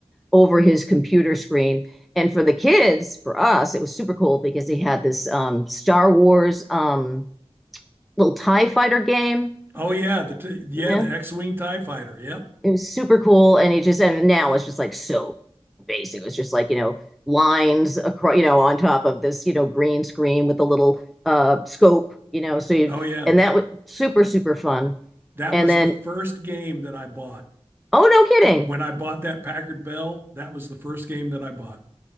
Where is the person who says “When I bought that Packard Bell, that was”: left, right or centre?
Right